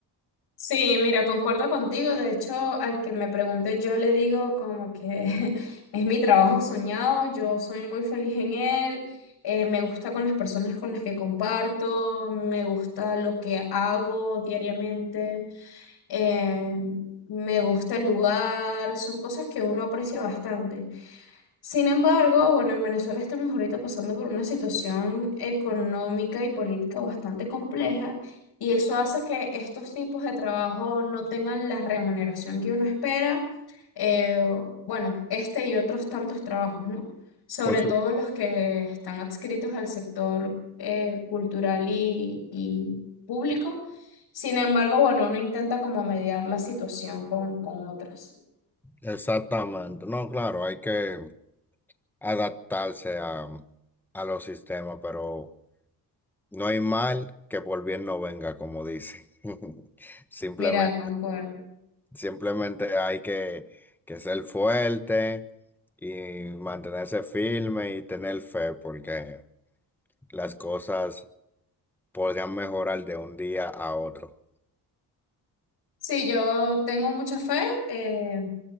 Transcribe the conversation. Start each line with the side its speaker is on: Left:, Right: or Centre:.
Left: Sí, mira, concuerdo contigo. De hecho, al que me pregunte, yo le digo como que <laughs> es mi trabajo soñado, yo soy muy feliz en él, eh, me gusta con las personas con las que comparto, me gusta lo que hago diariamente, eh, me gusta el lugar, son cosas que uno aprecia bastante. Sin embargo, bueno, en Venezuela estamos ahorita pasando por una situación económica y política bastante compleja y eso hace que estos tipos de trabajo no tengan la remuneración que uno espera. eh, bueno, este y otros tantos trabajos, ¿no? Sobre
Centre: Por su-
Left: todo los que están adscritos al sector eh, cultural y, y público. Sin embargo, bueno, uno intenta como mediar la situación con, con otras.
Centre: exactamente. No, claro, hay que adaptarse a, a los sistemas, pero No hay mal que por bien no venga, como dicen. <laughs> Simplemente,
Left: Mira, concuerdo.
Centre: simplemente hay que, que ser fuerte y mantenerse firme y tener fe, porque las cosas podrían mejorar de un día a otro.
Left: Sí, yo tengo mucha fe, eh,